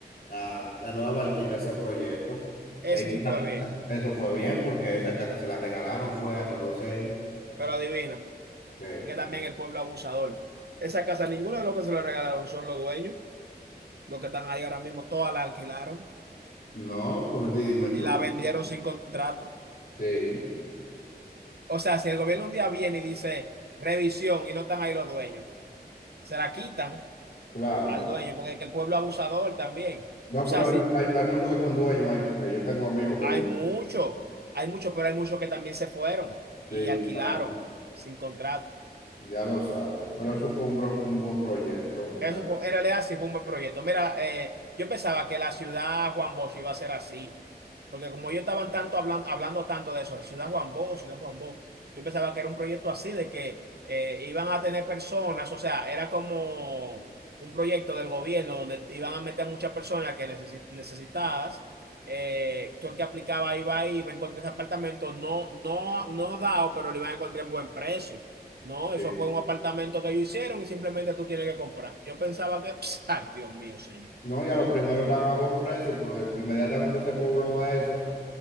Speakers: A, on the left; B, on the right.
A: Ah, la nueva barquita, ese proyecto,
B: ese
A: ellos,
B: sí fue bien,
A: eso fue bien, porque esa casa se la regalaron, fue a todos ellos.
B: pero adivina,
A: Sí.
B: y que también el pueblo abusador. Esa casa, ninguno de los que se lo regalaron son los dueños, los que están ahí ahora mismo, todas la alquilaron
A: No, pues dime tú.
B: y la
A: dime.
B: vendieron sin contrato.
A: Sí,
B: O sea, si el gobierno un día viene y dice revisión y no están ahí los dueños, se la quitan
A: claro
B: al
A: que
B: dueño,
A: sí.
B: porque es que el pueblo abusador también.
A: No,
B: O sea,
A: pero hay,
B: sí,
A: hay, hay muchos que son dueños ahí, porque yo tengo amigos que
B: hay
A: viven
B: muchos,
A: ahí.
B: hay muchos, pero hay muchos que también se fueron
A: Sí,
B: y alquilaron
A: claro.
B: sin contrato.
A: Ya lo sabes, pero eso fue un, bro- un buen proyecto,
B: Eso
A: realmente.
B: fue, en realidad sí fue un buen proyecto. Mira, eh, yo pensaba que la ciudad Juan Bosch iba a ser así, porque como ellos estaban tanto hablando, hablando tanto de eso, de ciudad Juan Bosch, ciudad Juan Bosch, yo pensaba que era un proyecto así, de que eh, iban a tener personas, o sea, era como un proyecto del gobierno donde iban a meter muchas personas que necesi- necesitadas. Eh, tú el que aplicaba iba ahí, iba a encontrar ese apartamento, no, no, no dado, pero lo iban a encontrar en buen precio. No,
A: Sí.
B: eso fue un apartamento que ellos hicieron y simplemente tú tienes que comprar. Yo pensaba que, pss, ay, Dios mío, señor.
A: No, y a los primeros estaban a buen precio, pero de- inmediatamente se pobló eso.